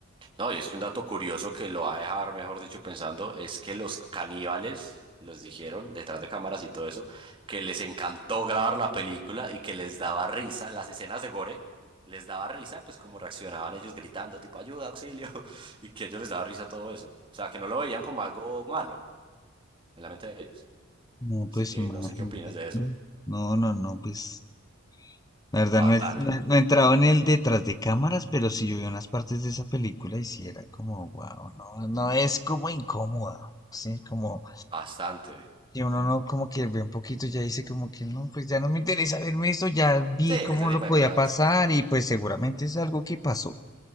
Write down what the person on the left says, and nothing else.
No,
pues
imagínate.
No, no, no, pues. La verdad,
no, he, no, no he entrado en el detrás de cámaras, pero sí yo vi unas partes de esa película y sí era como, wow, no, no es como incómoda. Sí, como
Y uno no como que ve un poquito y ya dice como que no, pues ya no me interesa verme esto, ya vi
cómo
lo podía
pasar
y pues seguramente es algo que pasó.